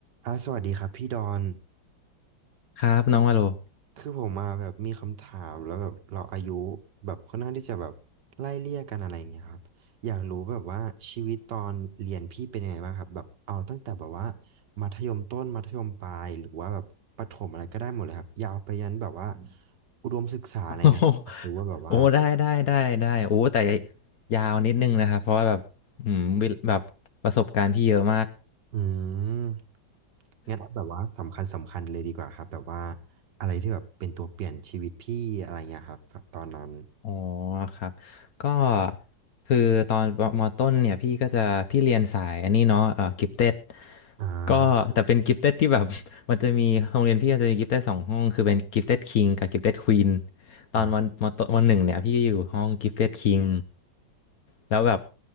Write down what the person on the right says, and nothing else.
อ่าสวัสดีครับพี่ดอน
คือผมมาแบบมีคำถามแล้วแบบเราอายุแบบค่อนข้างที่จะแบบไล่เลี่ยกันอะไรอย่างเงี้ยครับอยากรู้แบบว่าชีวิตตอนเรียนพี่เป็นยังไงบ้างครับแบบเอาตั้งแต่แบบว่ามัธยมต้นมัธยมปลายหรือว่าแบบประถมอะไรก็ได้หมดเลยครับยาวไปยันแบบว่าอุดมศึกษาอะไรเงี้ยอยากรู้ว่าแบบว่า
อืมงั้นเอาแบบว่าสำคัญสำคัญเลยดีกว่าครับแบบว่าอะไรที่แบบเป็นตัวเปลี่ยนชีวิตพี่อะไรเงี้ยครับแบบตอนนั้น
อ่า
อ่า